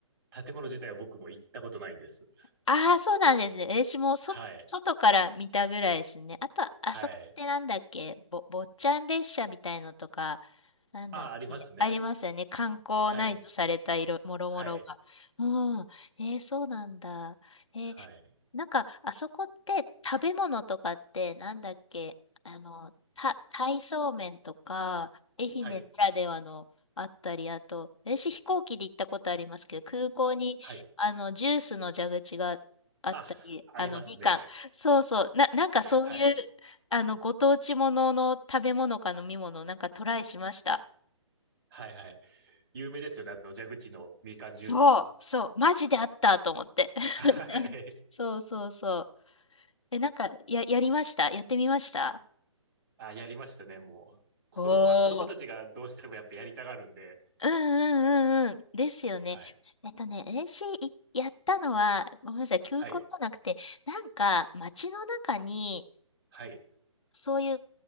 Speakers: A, on the right; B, on the left.
A: 建物自体は僕も行ったことないんです。
B: ああ、そうなんですね。私もそ、
A: はい。
B: 外から見たぐらいですね。あと、あそこってなんだっけ、
A: はい。
B: ぼ、坊ちゃん列車みたいのとか、なんだっけ、
A: あ、ありますね。
B: ありますよね。観光内イされた色、
A: はい。
B: もろもろが。
A: はい。
B: うん。えー、そうなんだ。えー
A: はい。
B: なんか、あそこって食べ物とかって、なんだっけ、あの、た、鯛そうめんとか、愛媛ならではのあったり、
A: はい。
B: あと、私飛行機で行ったことありますけど、空港に、
A: はい。
B: あの、ジュースの蛇口があったり、
A: あ、ありますね。
B: あの、みかん。そうそう。な、なんかそういう、
A: <laughs> はい。
B: あの、ご当地ものの食べ物か飲み物をなんかトライしました。
A: はい。はい。有名ですよね。あの、蛇口のみかんジュースは。
B: そう、そう。マジであったと思って。<laughs>
A: はい。
B: そうそうそう。え、なんか、や、やりましたやってみました
A: あ、やりましたね、もう。子供、
B: お
A: まあ子供たちがどうしてもやっぱやりたがるんで、
B: ー。うんうんうんうん。ですよね。
A: はい。
B: えっとね、n c いやったのは、ごめんなさい、休校じゃなくて、
A: はい。
B: なんか、街の中に、
A: はい。
B: そういう、